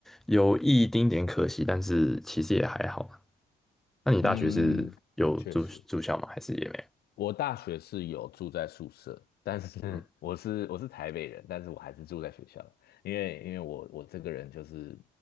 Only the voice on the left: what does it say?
嗯，确实。
我大学是有住在宿舍，但是 <laughs>
我是我是台北人，但是我还是住在学校，因为因为我我这个人就是